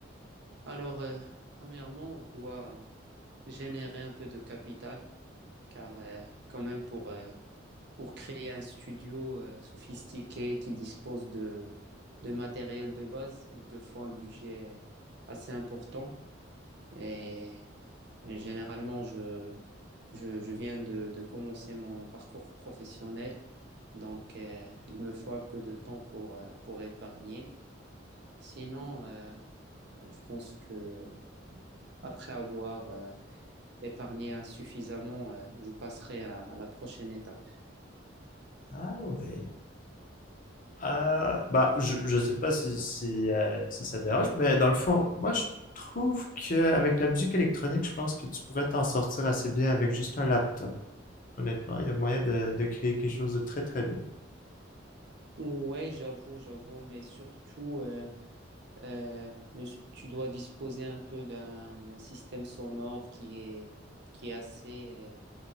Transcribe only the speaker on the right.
Alors, euh, premièrement, on doit générer un peu de capital car euh, quand même pour, euh, pour créer un studio euh, sophistiqué qui dispose de, de matériel de base, il te faut un budget assez important. Et, et généralement, je, je, je viens de, de commencer mon parcours professionnel, donc euh, il me faut un peu de temps pour, euh, pour épargner. Sinon, euh, euh, je pense que après avoir euh, épargné suffisamment, euh, je passerai à à la prochaine étape.
Ouais, j'avoue, j'avoue, mais surtout, euh, euh, le- tu dois disposer un peu d'un d'un système sonore qui est, qui est assez